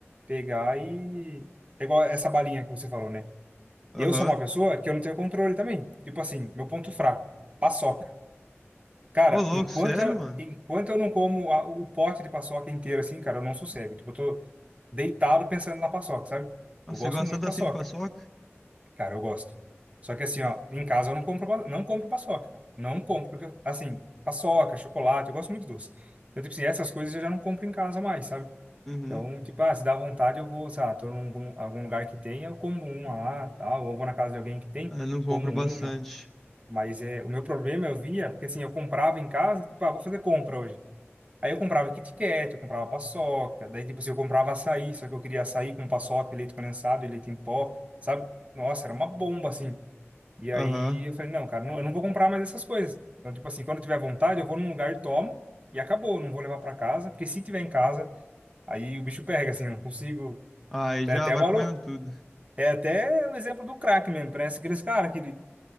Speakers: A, on the right; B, in the centre.
A: pegar e... É igual essa balinha que você falou, né?
B: Aham.
A: Eu sou uma pessoa que eu não tenho controle também. Tipo assim, meu ponto fraco, paçoca. Cara,
B: Ô, louco,
A: enquanto
B: sério,
A: eu,
B: mano?
A: enquanto eu não como a- o pote de paçoca inteiro assim, cara, eu não sossego. Tipo, eu tô deitado pensando na paçoca, sabe?
B: Nossa,
A: Eu gosto
B: você gosta
A: muito
B: tanto
A: de paçoca.
B: assim de paçoca?
A: Cara, eu gosto. Só que assim, ó, em casa eu não compro, pa- não compro paçoca. cara. Não compro, porque, eu- assim, paçoca, chocolate, eu gosto muito de doce. Então, tipo assim, essas coisas eu já não compro em casa mais, sabe?
B: Uhum.
A: Então, tipo, ah, se dá vontade, eu vou, sei lá, tô em algum, algum lugar que tem, eu como uma lá, tal, ou vou na casa de alguém que tem,
B: Ah, eu não compro
A: como uma.
B: bastante.
A: Mas é, o meu problema eu via, porque assim, eu comprava em casa, tipo, ah, vou fazer compra hoje. Aí eu comprava Kit Kat, eu comprava paçoca, daí tipo assim, eu comprava açaí, só que eu queria açaí com paçoca, e leite condensado e leite em pó, sabe? Nossa, era uma bomba assim. E aí
B: Aham.
A: eu falei, não, cara, não- eu não vou comprar mais essas coisas. Então, tipo assim, quando eu tiver vontade, eu vou num lugar e tomo e acabou, eu não vou levar para casa, porque se tiver em casa, aí o bicho pega, assim, eu não consigo.
B: Aí
A: É
B: já
A: até
B: vai
A: uma,
B: comendo
A: lo-
B: tudo.
A: é até o exemplo do crack mesmo. Parece aqueles caras que,